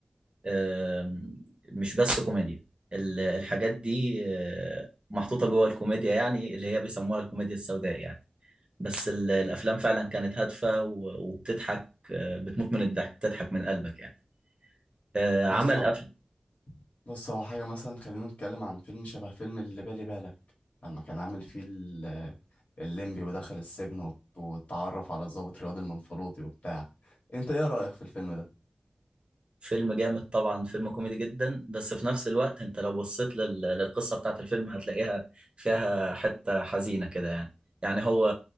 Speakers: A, on the right; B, on the left.
A: آم، مش بس كوميديا ال- الحاجات دي آه، محطوطة جوه الكوميديا يعني اللي هي بيسموها الكوميديا السوداء يعني بس ال- الأفلام فعلا كانت هادفة و- وبتضحك آه، بتموت من الضحك بتضحك من قلبك يعني آه، عمل
B: بص هو
A: أف...
B: بص هو حاجة مثلا خلينا نتكلم عن فيلم شبه فيلم اللي بالي بالك لما كان عامل فيه ال- الليمبي ودخل السجن وت- واتعرف على الضابط رياض المنفلوطي وبتاع انت ايه رأيك في الفيلم ده
A: فيلم جامد طبعا فيلم كوميدي جدا بس في نفس الوقت انت لو بصيت لل- للقصة بتاعت الفيلم هتلاقيها فيها حتة حزينة كده يعني يعني هو